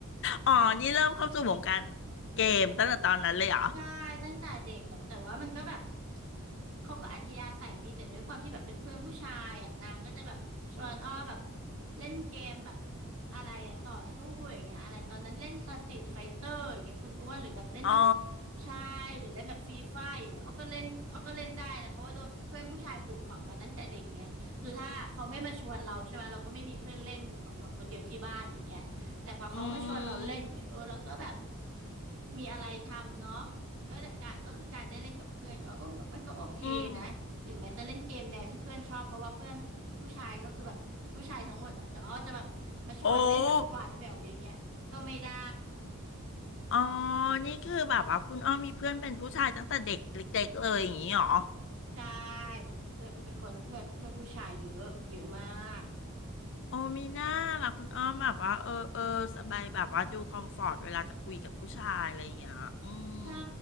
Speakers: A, on the left (about 55°); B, on the right (about 65°).
A: อ๋อนี่เริ่มเข้าสู่วงการเกมตั้งแต่ตอนนั้นเลยเหรอ
B: ใช่ตั้งแต่เด็กแบบแต่ว่ามันก็แบบเขาก็อัธยาศัยดีแต่ด้วยความที่แบบเป็นเพื่อนผู้ชายอ่ะนางก็จะแบบชวนอ้อแบบเล่นเกมแบบอะไรอ่ะต่อสู้อย่างเงี้ยอะไรตอนนั้นเล่นสตรีทไฟเตอร์อย่างเงี้ยคุณอ้วนหรือแบบเล่นแบบ
A: อ๋อ
B: ใช่หรือเล่นแบบฟรีไฟร์อย่างเงี้ยอ้อก็เล่นอ้อก็เล่นได้นะเพราะว่าโดนเพื่อนผู้ชายปลูกฝังมาตั้งแต่เด็กไงคือถ้าเขาไม่มาชวนเราใช่ไหมเราก็ไม่มีเพื่อนเล่นอยู่เงาๆคนเดียวที่บ้านอย่างเงี้ยแต่พอเขามาชวนเราเล่นอย่างเงี้ยเออเราก็แบบ
A: อืม
B: มีอะไรทำเนาะก็ได้การก็คือการได้เล่นกับเพื่อนอย่างเงี้ยก็มันก็มันก็โอเคนะถึงแม้จะเล่นเกมแนวที่เพื่อนชอบเพราะว่าเพื่อนผู้ชายก็คือแบบผู้ชายทั้งหมดอะจะอ้อจะแบบมาชวนเล่นแบบหวานแหววอย่างเงี้ยก็ไม่ได้
A: อืมโอ้อ๋อนี่คือแบบว่าคุณอ้อมมีเพื่อนเป็นผู้ชายตั้งแต่เด็กเล็กๆเลยอย่างนี้เหรอ
B: ใช่เป็นเพื่อนเป็นคนเพื่อนเพื่อนผู้ชายเยอะเยอะมาก
A: โอ้มีหน้าล่ะคุณอ้อมแบบว่าเออเออสบายแบบว่าดูคอมฟอร์ตเวลาจะคุยกับผู้ชายอะไรอย่างเงี้ยอื
B: ใช่
A: ม